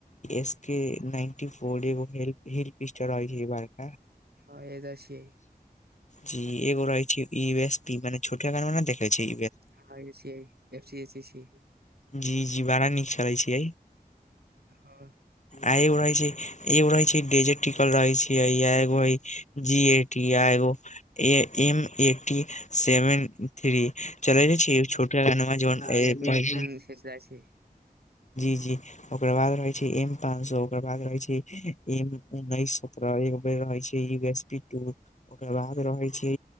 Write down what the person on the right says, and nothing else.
हँ एह जऽ छिये
हँ <unintelligible> F C S S C
ह
ह एक मे एक्शन
खेचला छै